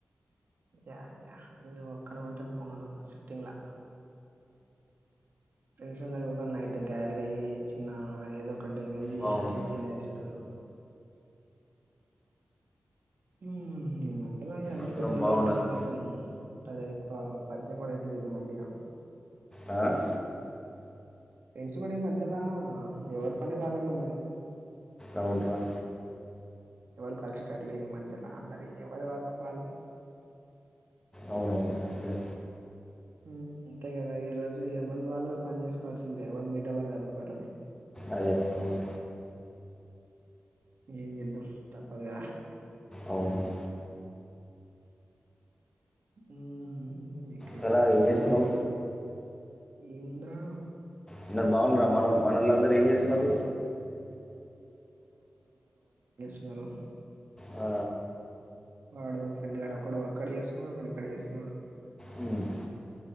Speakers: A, on the right; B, on the left.
A: యా యా నువ్వు ఒక్కనవి ఉంటే బాగుండు తినా హ్మ్ నైట్ గ్యాదర్ అయ్యి చిన్న ఏదో ఒకటి వింది
B: బాగుండు
A: చేసేసి తినేసేటోలు హ్మ్ మ్మ్ ఎలా ఇగ అందరు
B: అందరం
A: పెద్దోళ్ళు
B: బాగుండాలి
A: అయిపోయిళ్ళు కొంచెం ఎక్కువ పరిచయం కూడా అయితేలేరు ఈ మధ్య
B: ఆ
A: ఫ్రెండ్స్ కూడా ఈ మధ్యల ఎవరి పని వాళ్ళకే ఉన్నది
B: అవున్రా
A: ఎవరు కలిసేటట్లు లేరు ఈ మధ్యల అందరి ఎవరి వర్క్ వాళ్ళదే
B: అవునవును అదే
A: మ్మ్ అంతే కదా ఈ రోజు ఎవల్ది వాళ్ళు పని చేసుకోవాల్సిందే ఎ వాళ్ళు మీట్ అవ్వరు కదా ఇప్పట్లో
B: అదే అవును
A: ఏం చేద్దాం తప్పదిగా
B: అవును
A: హ్మ్ భూమికే
B: సరే
A: <unintelligible>
B: ఏం చేస్తున్నావు
A: ఏ ముందిరా
B: అందరు బాగున్నర్ర మన మనోళ్ళందరూ ఏం చేస్తున్నారు
A: ఎవరు
B: ఆ
A: వాడు ఫ్రెండ్ గాడు ఒక్కడు అక్కడ చేస్తున్నాడు ఒకడు ఇక్కడ చేస్తున్నాడు
B: హ్మ్